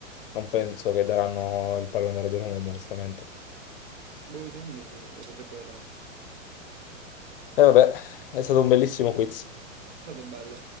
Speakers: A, on the left (about 45°); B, on the right (about 55°).
A: non penso che daranno il pallone d'oro a Roma, onestamente.
B: Boh, secondo me sì, lo potrebbero dare.
A: E vabbè, è stato un bellissimo quiz.
B: È stato bello.